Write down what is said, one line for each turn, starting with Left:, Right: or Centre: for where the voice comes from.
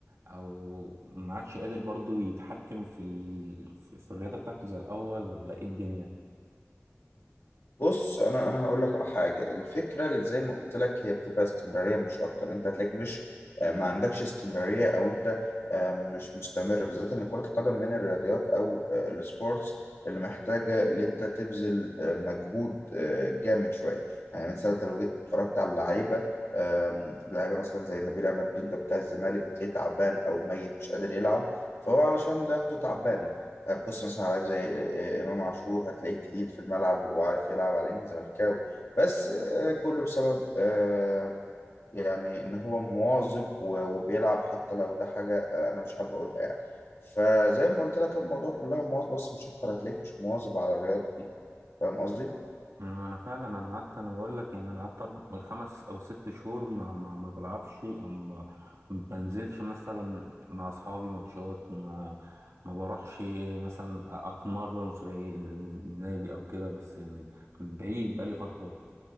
Right: أو ما عادش قادر برضه يتحكم في ال... في في الرياضة بتاعته زي الأول ولا إيه الدنيا
Left: بص انا انا هقول لك على حاجه الفكره اللي زي ما قلت لك هي بتبقى استمراريه مش اكتر انت هتلاقيك مش آه، ما عندكش استمراريه او انت آه، مش مستمر بالذات ان كره القدم من الرياضيات او آه، السبورتس اللي محتاجه ان انت تبذل آه، مجهود آه، جامد شويه يعني مثلا انت لو جيت اتفرجت على اللعيبه آم، لعيبه مثلا زي نبيل عماد دونجا بتاع الزمالك بتلاقيه تعبان او ميت مش قادر يلعب فهو علشان لياقته تعبانه طيب، بص مثلا على لعيب زي آه، امام عاشور هتلاقيه تقيل في الملعب وعارف يلعب على انه زملكاوي بس آه، كله بسبب آه، يعني ان هو مواظب و- وبيلعب حتى لو ده حاجه آه، انا مش حابب اقولها يعني فزي ما قلت لك الموضوع كلها مواظبه بس مش اكتر هتلاقيك مش مواظب على الرياضه دي فاهم قصدي؟
Right: ما انا فعلا انا قعدت انا بقول لك يعني انا قعدت أرب- خمس او ست شهور ما ما, ما بلعبش او ما ما بنزلش مثلا مع اصحابي ماتشات ما ما بروحش مثلا أ- اتمرن في النادي او كده بس يعني بعيد بقالي فترة